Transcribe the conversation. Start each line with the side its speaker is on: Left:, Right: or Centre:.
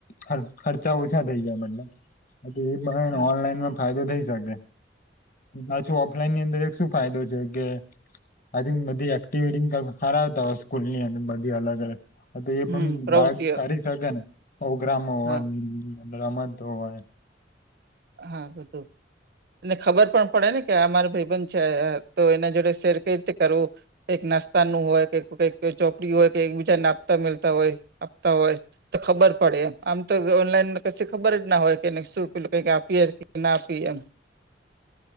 Left: ખર ખર્ચા ઓછા થઈ જાય મતલબ એ બધા ને
Right: હા
Left: ઓનલાઈન ફાયદો થઈ શકે પાછું ઓફલાઈનની અંદર જ શું ફાયદો છે કે? <unintelligible> એક્ટિવિટી કરાવતા હોય સ્કૂલ ની અને બધી અલગ અલગ તો એ
Right: હમ
Left: પણ
Right: પ્રવૃત્તિઓ
Left: બાળક કરી શકે ને પોગ્રામો
Right: હા
Left: રમતો હોય
Right: હા બધું ને ખબર પણ પડે ને કે આ મારું ભાઈબંધ છે તો એના જોડે શેર કઈ રીતે કરવું. એક નાસ્તાનું હોય કે કઈક ચોપડી હોય કે એક બીજાને આપતા મેલતા હોય આપતા હોય તો ખબર પડે આમ તો ઓનલાઈન કી ખબર જ ના હોય કે શું પેલું ક <unintelligible> ના આપવી એમ.